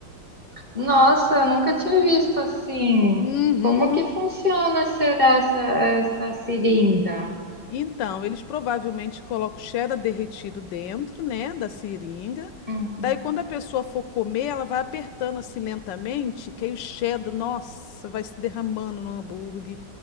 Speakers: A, on the right; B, on the left.
A: Nossa, eu nunca tinha visto assim.
B: Uhum.
A: Como que funciona será essa, essa seringa?
B: Então, eles provavelmente colocam cheddar derretido dentro, né, da seringa.
A: Uhum.
B: Daí, quando a pessoa for comer, ela vai apertando assim lentamente, que aí o cheddar, nossa, vai se derramando no hambúrguer.